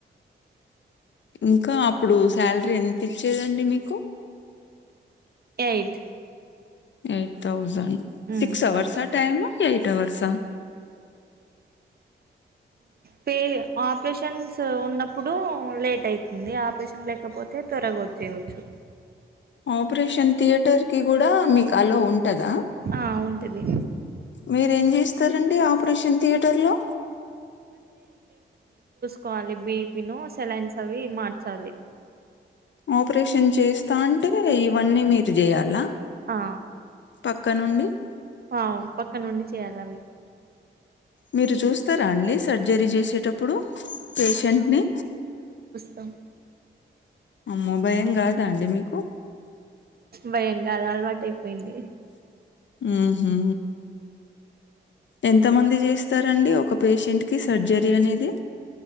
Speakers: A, on the left; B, on the right.
A: ఇంకా అప్పుడు శాలరీ ఎంత ఇచ్చేదండి మీకు.
B: Eight
A: eight thousand.
B: ఉమ్
A: సిక్స్ అవర్స్ ఆ టైమ్. ఎయిట్ అవర్స్ ఆ
B: పే ఆప్ రేషన్స్ ఉన్నప్పుడు లేట్ అవుతుంది. ఆపరేషన్ లేకపోతే త్వరగా వచ్చయవచ్చు.
A: ఆపరేషన్ థియేటర్ కి కూడా మీకు, అల్లో ఉంటందా
B: ఆ ఉంటది
A: మీరేం చేస్తారండి. ఆపరేషన్ థియేటర్ లో,
B: కోవాలి. బీపి ను సెలైన్స్ అవి మార్చాలి.
A: ఆపరేషన్ చేస్తా అంటే ఇవన్నీ మీరు చేయాలా.
B: ఆ
A: పక్క నుండి, <inaudible>
B: ఆ పక్క నుండి చేయాలి. అవి
A: మీరు చూస్తారా అండి సర్జరీ చేసేటప్పుడు ఇప్పుడు పేషెంట్ ని
B: కుత్తం <unintelligible>
A: అమ్మో భయం కాదా అండి మీకు.
B: భయం కాదు అలవాటు అయిపోయింది.
A: ఉహు ఎంత మంది చేస్తారండి ఒక పేషెంట్ కి సర్జరీ అనేది.